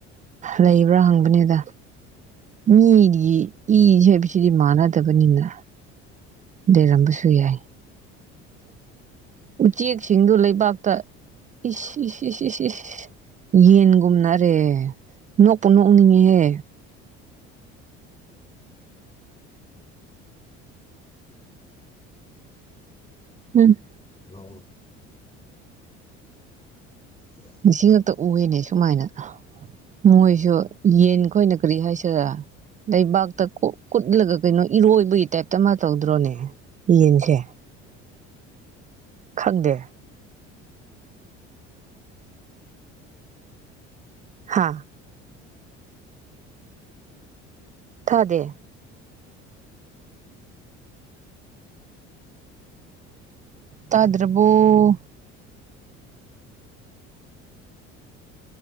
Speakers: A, on the right (about 25°); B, on the left (about 15°).
A: ꯂꯩꯕ꯭ꯔꯥ ꯍꯪꯕꯅꯤꯗ ꯃꯤꯒꯤ ꯏ ꯍꯥꯏꯕꯁꯤꯗꯤ ꯃꯥꯟꯅꯗꯕꯅꯤꯅ ꯂꯩꯔꯝꯕꯁꯨ ꯌꯥꯏ ꯎꯆꯦꯛꯁꯤꯡꯗꯨ ꯂꯩꯕꯥꯛꯇ ꯏ ꯏ ꯏ ꯏ ꯏ ꯌꯦꯟꯒꯨꯝꯅꯔꯦ ꯅꯣꯛꯄꯨ ꯅꯣꯛꯅꯤꯡꯉꯦꯍꯦ
B: ꯎꯝ
A: ꯎꯝ
B: ꯍ ꯎꯝ
A: ꯉꯁꯤ ꯉꯛꯇ ꯎꯌꯦꯅꯦ ꯁꯨꯃꯥꯏꯅ ꯃꯣꯏꯁꯨ ꯌꯦꯟ ꯑꯩꯈꯣꯏꯅ ꯀꯔꯤ ꯍꯥꯏꯁꯤꯔꯥ ꯂꯩꯕꯥꯛꯇ ꯀꯨꯠꯂꯒ ꯀꯩꯅꯣ ꯏꯔꯣꯏꯕꯒꯤ ꯇꯥꯏꯞ ꯑꯃ ꯇꯧꯗ꯭ꯔꯣꯅꯦ ꯌꯦꯟꯁꯦ ꯈꯪꯗꯦ ꯍꯥꯥ ꯊꯗꯦ ꯇꯥꯗ꯭ꯔꯕꯔꫭ